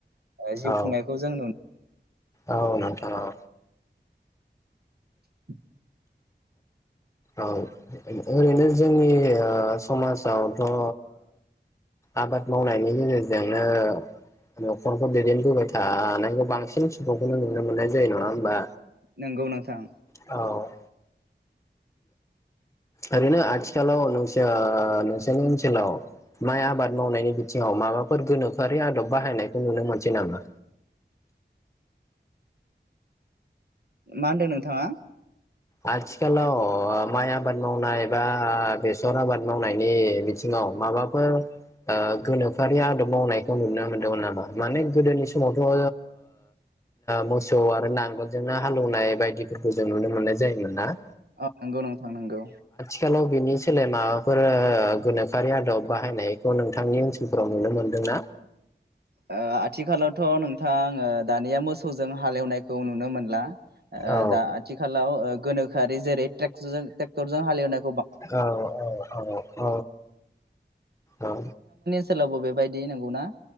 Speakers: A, on the right (about 60°); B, on the left (about 15°).
A: ओ जिउ
B: औ
A: खुंनायखौ जों नु
B: औ नोंथां औ
A: <inaudible>
B: औ ओरैनो जोंनि ओ समाजावथ' ओ आबाद मावनायनि गेजेरजोंनो न'खरखौ दैदेनबोबाय थानायखौ बांसिन सुुखौनो नुनो मोननाय जायो नङा होम्बा
A: नंगौ नोंथां
B: औ ओरैनो आथिखालाव नोंसोर नोंसोरनि ओनसोलाव माइ आबाद मावनायनि बिथिङाव माबाफोर गोनोखोआरि आदब बाहायनायखौ नुनो मोनसै नामा
A: मा होनदों नोंथाङा
B: आथिखालाव माइ आबाद मावनाय बा बेसर आबाद मावनायनि बिथिङाव माबाफोर ओ गोनोखोआरि आदब मावनायखौ नुनो मोनदोंमोन नामा? माने गोदोनि समावथ' ओ मोसौ आरो नांगोलजोंनो हालौनाय बायदिफोरखौ जों नुनो मोननाय जायो जायोमोन ना
A: औ नंगौ नोंथां नंगौ
B: खालाव बिनि सोलायमाफोर ओ गोनोखोआरि आदब बाहायनायखौ नोंथांनि ओनसोलफोराव नुनो मोनदोंना?
A: ओ आथिखालावथ' नोंथां ओ दानिया मोसौजों हालेवनायखौ नुनो मोनला ओ
B: औ
A: दा आथिखालाव गोनो खोआरि जेरै‌ ट्रेक्ट टेक्टरजों हालेवनाय
B: औ औ औ औ औ
A: सोलावबो बेबायदि नंगौ ना